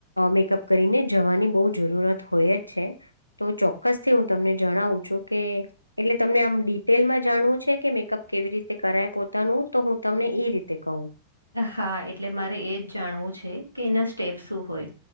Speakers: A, on the left; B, on the right.
A: મેકઅપ કરીને જવાની બહુ જરૂરત હોય જ છે. તો ચોક્કસ થી હું તમને જણાવું છું કે. એટલે તમને આમ ડિટેલમાં જાણવું છે. કે મેકઅપ કેવી રીતે કરાય પોતાનું તો હું તમને ઈ રીતે કહું
B: હા એટલે મારે એ જ જાણવું છે, કે એના સ્ટેપ શું હોય